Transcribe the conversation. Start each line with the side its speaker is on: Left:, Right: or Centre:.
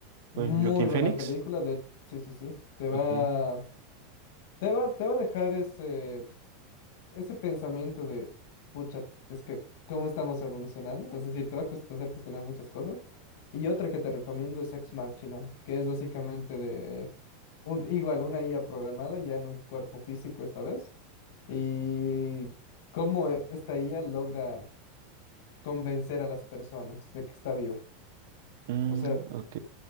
Left: Muy
Right: con Joaquín
Left: buena
Right: Phoenix.
Left: película, de... sí, sí, sí. Te va,
Right: Ok.
Left: te va, te va a dejar ese, ese pensamiento de, pucha, es que, ¿cómo estamos evolucionando? Es decir, te va a cuest- hacer cuestionar muchas cosas. Y otra que te recomiendo es Ex Machina, que es básicamente de, un, igual, una IA programada ya en un cuerpo físico esta vez. Y cómo eh, esta IA logra convencer a las personas de que está viva.
Right: Mm,
Left: O sea,
Right: ok,